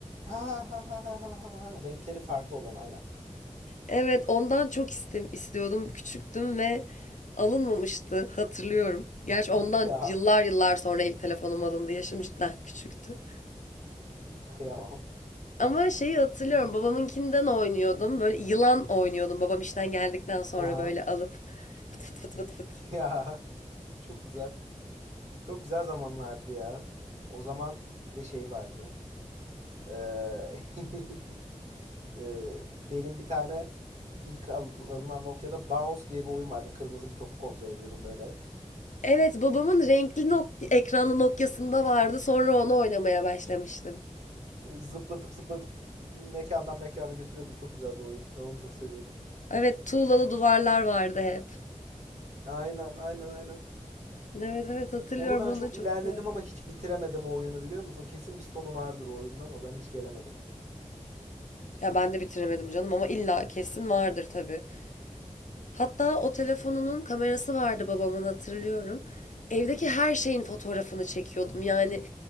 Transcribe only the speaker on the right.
Ha ha ha ha ha ha ha. Renkleri farklı olan aynen.
<laughs> Ya
kıyamam.
Ha ha.
Ya. Çok güzel. Çok güzel zamanlardı ya. O zaman bir de şey vardı. Ee, <laughs> ee, benim bir tane ilk alınan Nokia'da Bounce diye bir oyun vardı. Kırmızı bir topu kontrol ediyordum böyle.
Zıplatıp zıplatıp mekandan mekana götürüyordum. Çok güzeldi o oyun. Ben onu çok seviyordum.
Aynen aynen aynen.
Onu ben
çok
ilerledim
ama hiç bitiremedim o oyunu biliyor musun? Kesin bir sonu vardır o oyunun ama ben hiç gelemedim.